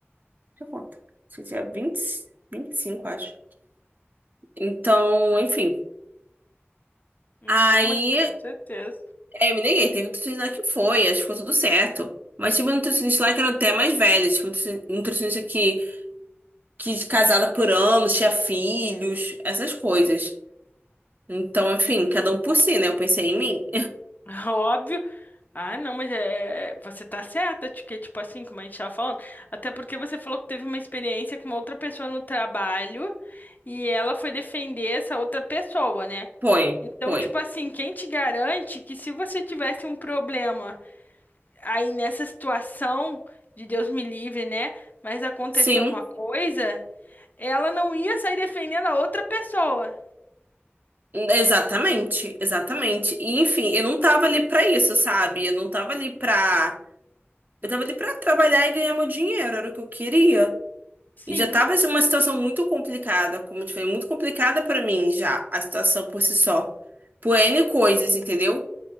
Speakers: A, on the right; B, on the left.
A: eu contar. Acho que Tinha vinte, vinte e cinco acho. Então, enfim.
B: não,
A: Aí,
B: mas com certeza.
A: é, eu me neguei. Teve um nutricionista lá que foi, acho que ficou tudo certo. Mas tinha uma nutricionista lá que era até mais velha. Tipo, nutri- nutricionista que, que é casada por anos, tinha filhos, essas coisas. Então, enfim,
B: Uhum.
A: cada um por si, né? Eu pensei em mim.
B: <laughs> Óbvio. Ah, não, mas é, é, você tá certa, ti- que tipo assim, como a gente tava falando, até porque você falou que teve uma experiência com uma outra pessoa no trabalho e ela foi defender essa outra pessoa, né?
A: <laughs> Foi,
B: Então,
A: foi.
B: tipo assim, quem te garante que se você tivesse um problema aí nessa situação, de Deus me livre, né? Mas aconteceu
A: Sim.
B: uma coisa, ela não ia sair defendendo a outra pessoa.
A: Exatamente, exatamente. E enfim, eu não tava ali pra isso, sabe? Eu não tava ali pra. Eu tava ali pra trabalhar e ganhar meu dinheiro, era o que eu queria.
B: Sim.
A: E já tava assim, uma situação muito complicada, como eu te falei, muito complicada pra mim já, a situação por si só. Por N coisas, entendeu?